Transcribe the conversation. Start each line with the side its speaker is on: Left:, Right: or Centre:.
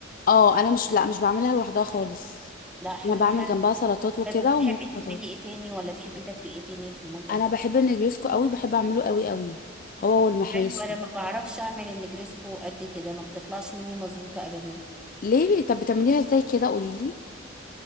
Left: اه انا مش لا مش بعملها لوحدها خالص
Centre: لا حلو
Left: انا بعمل
Centre: حلو
Left: جنبها سلطات وكده
Centre: طيب وبتحبي
Left: وممكن
Centre: تعملي
Left: بطاطس
Centre: ايه تاني ولا تحبي تاكلي ايه تاني في المطبخ
Left: انا بحب النجريسكو قوي بحب اعمله قوي قوي هو والمحاشي
Centre: حلو انا ما بعرفش اعمل النجريسكو قد كده ما بتطلعش مني مظبوطه ابدا
Left: ليه طب بتعمليها ازاي كده قوليلي